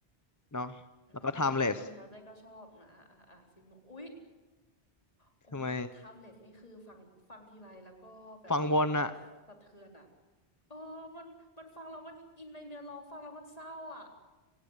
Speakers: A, on the left (about 20°); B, on the left (about 35°).
A: เนาะแล้วก็
B: อืมอุนเช้าใจก็ชอบนะอ่ะอ่ะอ่ะสีม่วงอุ๊ย
A: Timeless
B: โอ้ยแท็บเล็ตนี่คือฟังฟังทีไรแล้วก็แบบมันแบบสะเทือนอะ
A: ทำไมฟังวนอะ
B: เออมันมันฟังแล้วมันอินในเนื้อร้องฟังแล้วมันเศร้าอะ